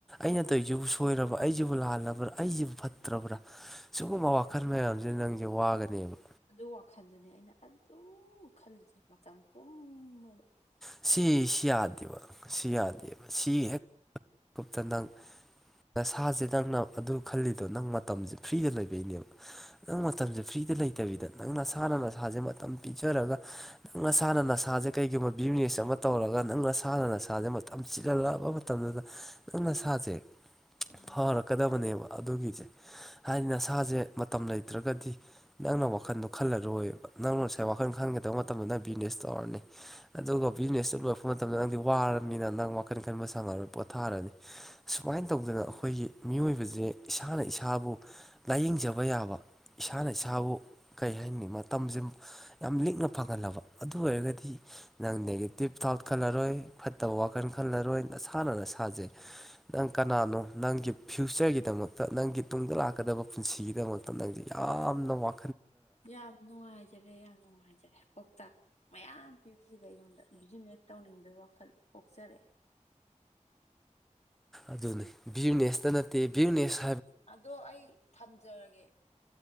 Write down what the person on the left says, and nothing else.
ꯑꯗꯨ ꯋꯥꯈꯜꯗꯨꯅꯦ ꯑꯩꯅ ꯑꯗꯨꯝ ꯈꯜꯂꯤꯁꯦ ꯃꯇꯝ ꯄꯨꯝꯕꯗ
ꯎꯝ
ꯌꯥꯝ ꯅꯨꯡꯉꯥꯏꯖꯔꯦ ꯌꯥꯝ ꯅꯨꯡꯉꯥꯏꯖꯔꯦ ꯄꯥꯎꯇꯥꯛ ꯃꯌꯥꯝ ꯄꯤꯕꯤꯕ ꯑꯩꯉꯣꯟꯗ ꯕꯤꯖꯤꯅꯦꯁ ꯇꯧꯅꯤꯡꯕꯒꯤ ꯋꯥꯈꯜ ꯑꯣꯛꯆꯔꯛꯑꯦ
ꯑꯗꯣ ꯑꯩ ꯊꯝꯖꯔꯒꯦ